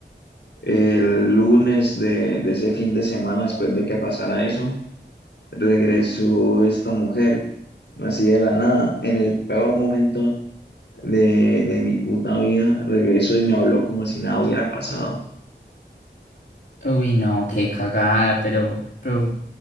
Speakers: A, on the left; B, on the left.
A: el lunes de, de ese fin de semana, después de que pasara eso, regresó esta mujer, así de la nada, en el peor momento de, de mi puta vida. Regreso y me habló como si nada hubiera pasado.
B: uy, no, qué cagada, pero, pero